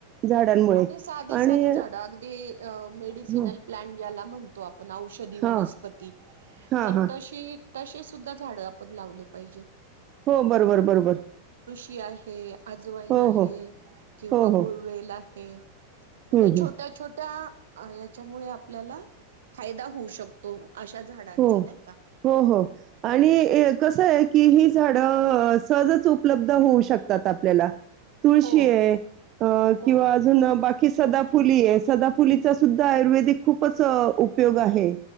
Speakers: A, on the right; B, on the right.
A: झाडांमुळे
B: आणि साधी
A: आणि
B: साधी झाड अगदी अ मेडिसनल
A: हं.
B: प्लांट याला म्हणतो आप पण औषधी वनस्पती
A: हां, हां,
B: तर
A: हां.
B: तशी तसे सुद्धा झाड आपण लावले पाहिजे.
A: हो बरोबर बरोबर.
B: की आहे अजवाईन
A: हो,
B: आहे.
A: हो.
B: किंवा
A: हो, हो.
B: गुळवेला ह. म्हणजे
A: हं, हं.
B: छोट्या छोट्या अ याच्यामुळे आपल्याला फायदा होऊ शकतो. अशा झाडांचा
A: हो
B: नाही का
A: हो हो
B: हम्म
A: आणि कसं आहे? कि ही झाडं सहजच उपलब्ध होऊ शकतात आपल्याला. तुळशी
B: हो
A: आहे अ
B: हो
A: किंवा अजून बाकी सदा फुली आहे सदा फुलीचा सुद्धा आयुर्वेदिक खूपच उपयोग आहे.